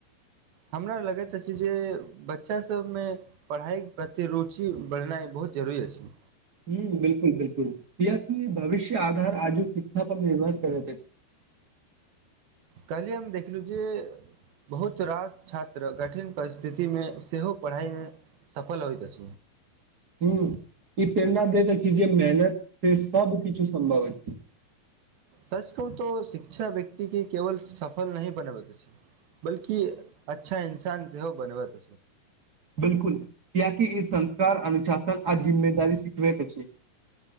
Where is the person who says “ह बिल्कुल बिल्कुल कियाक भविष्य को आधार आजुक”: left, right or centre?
Right